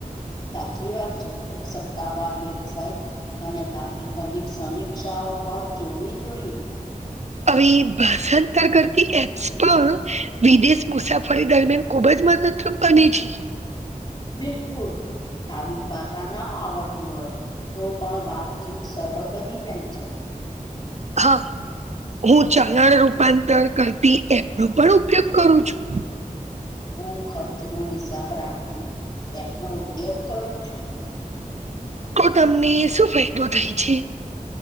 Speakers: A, on the left; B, on the right.
A: સાચી વાત છે સત્તાવાર વેબસાઇટ અને તાજેતરનીક સમીક્ષાઓ પણ જોવી જોઈએ
B: હવે ભાષાંતર કરતી એપ્સ પણ વિદેશ મુસાફરી દરમિયાન ખુબ જ મદદરૂપ બને છે
A: બિલકુલ સ્થાનિક ભાષા ના આવડતી હોય તો પણ વાતચીત સરળ બની જાય છે
B: હા હું ચલણ રૂપાંતર કરતી એપ નો પણ ઉપયોગ કરું છું
A: હું ખર્ચ નો હિસાબ રાખતી એપ નો ઉપયોગ કરું છું
B: તો તમને શું ફાયદો થાય છે